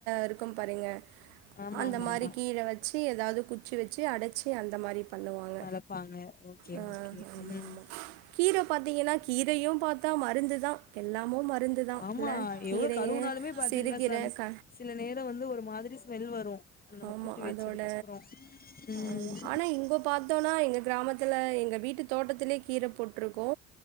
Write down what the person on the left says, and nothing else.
ஆமா
ஆமா
ஆமா
வளப்பாங்க ஓகே
ஓகே
ம்
ஆமா
எவ்ளோ கழுவுனாலுமே பாத்தீங்கன்னா
சம்
சில நேரோ வந்து ஒரு மாதிரி ஸ்மெல் வரு நம்ம
கூட்டு வச்சதுக்கப்புறோ
ம்